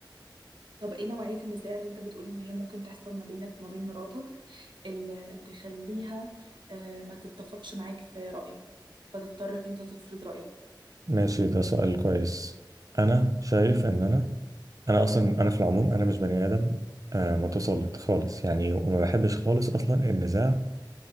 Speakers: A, on the right; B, on the right.
A: طب ايه نوعية النزاع اللي انت بتقول ان هي ممكن تحصل ما بينك وما بين مراتك اللي تخليها آه، ما تتفقش معاك في رأيك فتضطر انت تفرض رأيك
B: ماشي ده سؤال كويس انا شايف ان انا انا اصلا انا في العموم انا مش بني ادم آه، متسلط خالص يعني وما بحبش خالص اصلا النزاع